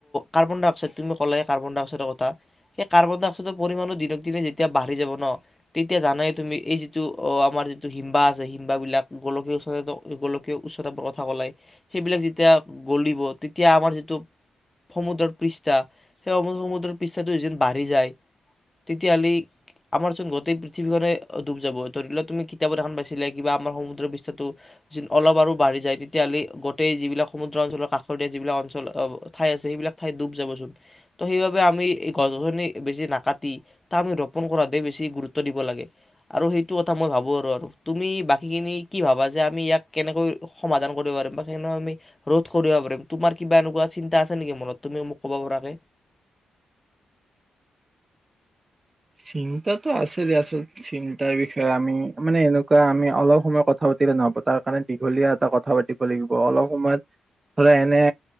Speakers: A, on the left (about 25°); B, on the right (about 35°).
A: কাৰ্বন ডাই অক্সাইড তুমি ক'লাগ কাৰ্বন ডাই অক্সাইডৰ কথা সেই কাৰ্বন ডাই অক্সাইডৰ পৰিমাণো দিনক দিনে যেতিয়া বাঢ়ি যাব ন তেতিয়া জানাইে তুমি এই যিটো অ আমাৰ যিটো হিম্বা আছে হিমাবলাক গোলকীয় উচ্চ গোলকীয় উচ্চতা লাই সেইবিলাক যেতিয়া গলিব তেতিয়া আমাৰ যিটো সমুদ্ৰৰ পৃষ্ঠা সেই সম সমুদ্ৰৰ পৃষ্ঠাটো যিন বাঢ়ি যায়। তেতিয়াহলেি আমাৰ চোন গোটেই পৃথিৱীখনে ডুব যাবধৰি লোৱাক তুমি কিতাপত দেখোন পাইছিলা কিবা আমাৰ সমুদ্ৰৰ পৃষ্ঠছো য অলপ আৰু বাঢ়ি যায় তেতিয়াহ'লে গোটেই যিবিলাক সমুদ্ৰ অঞ্চলৰ কাষৰীয়া যিবিলাক অঞ্চল ঠাই আছে সেইবিলাক ঠাইত ডুব যাবচোন। ত' সেইবাবে আমি এই গছ গছনি বেছি নাকাটি তাক আমি ৰোপণ কৰাতে বেছি গুৰুত্ব দিব লাগে আৰু সেইটো কথা মই ভাবোঁ আৰু আৰু তুমি বাকীখিনি কি ভাবা যে আমি ইয়াক কেনেকৈ সমাধান কৰিব পাৰিম বা কেনেকৈ আমি ৰোধ কৰিব পাৰিম তোমাৰ কিবা এনেকুৱা চিন্তা আছে নেকি মনত তুমি মোক ক'ব পৰাৰ যে
B: চিন্তটো আছে দ আচল চিন্তাৰ বিষয়ে আমি মানে এনেকুৱা আমি অলপ সময় কথা পাতিলে নহব তাৰ কাৰণে দীঘলীয়া এটা কথা পাতিব লাগিব অলপ সময় ধৰা এনে